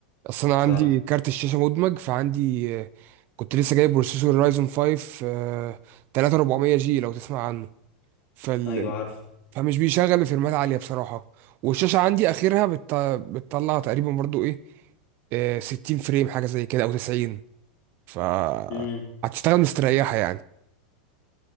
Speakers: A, on the right; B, on the left.
A: اصل انا
B: صح
A: عندي كارت الشاشه مدمج فعندي آه، كنت لسه جايب بروسيسور رايزون 5 آه، 3400 جي لو تسمع عنه فال...
B: أيوه عارف
A: فمش بيشغل فريمات عاليه بصراحه والشاشه عندي اخرها بت... بتطلع تقريبا برضو ايه آه، 60 فريم حاجه زي كده او 90 ف
B: امم
A: هتشتغل مستريحه يعني